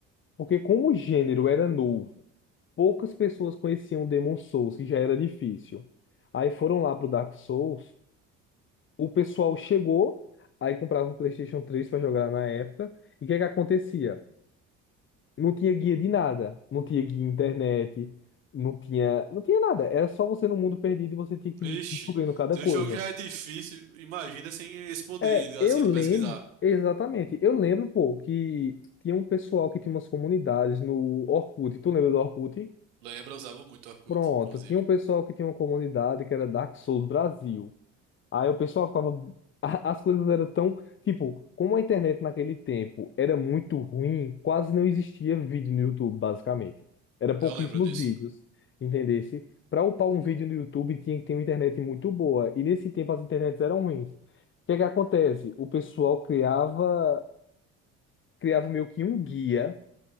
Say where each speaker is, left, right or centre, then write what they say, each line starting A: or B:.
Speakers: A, on the left; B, on the right.
A: Porque como o gênero era novo. poucas pessoas conheciam Demon Souls, que já era difícil. Aí foram lá pro Dark Souls, o pessoal chegou, aí comprava um PlayStation 3 para jogar na época, e o que é que acontecia? Não tinha guia de nada, não tinha guia internet, não tinha, não tinha nada, era só você no mundo perdido e você tinha
B: Vixe,
A: que ir descobrindo cada
B: se
A: coisa.
B: o jogo já é difícil, imagina sem esse poder,
A: É, eu
B: assim,
A: lembro,
B: de pesquisar.
A: exatamente, eu lembro, pô, que tinha um pessoal que tinha umas comunidades no Orkut, tu lembra do Orkut?
B: Lembra, eu usava muito o Orkut,
A: Pronto,
B: inclusive.
A: tinha um pessoal que tinha uma comunidade que era Dark Souls Brasil. Aí o pessoal ficava. <laughs> a- As coisas eram tão. Tipo, como a internet naquele tempo era muito ruim, quase não existia vídeo no YouTube, basicamente. Era pouquíssimos
B: Eu lembro disso.
A: vídeos, entendesse? Para upar um
B: Uhum.
A: vídeo no YouTube tinha que ter uma internet muito boa. E nesse tempo as internets eram ruins. O que é que acontece? O pessoal criava, criava meio que um guia,